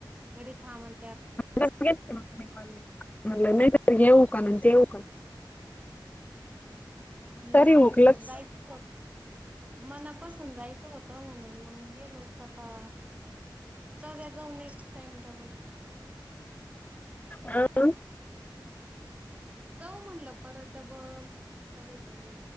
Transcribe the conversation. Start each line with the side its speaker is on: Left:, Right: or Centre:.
Right: घडी थांबणं
Left: म्हटलं नाहीतर येऊं का तेऊ कां
Right: नाही राहिल
Left: हुकलंच
Right: जायचंच मनापसून जायचं होतं म्हणून मग गेलोच आता. चल जाऊ नेक्स्ट टाइम डबल.
Left: हा
Right: जाऊ म्हणलं परत डबल. कधी तरी